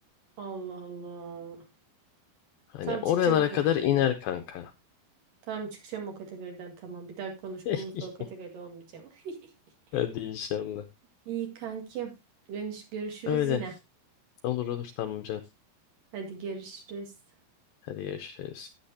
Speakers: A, on the right (about 55°); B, on the left (about 85°).
A: Allah Allah.
B: Hani
A: Tam
B: oralara
A: çıkacağım o kategoriden.
B: kadar iner kanka.
A: Tam çıkacağım o kategoriden tamam. Bir daha konuşmamızda
B: <laughs>
A: o kategoride olmayacağım. <laughs>
B: Hadi inşallah.
A: İyi kankim. Görüş- Görüşürüz
B: Öyle.
A: yine.
B: Olur olur tamam canım.
A: Hadi görüşürüz.
B: Hadi görüşürüz.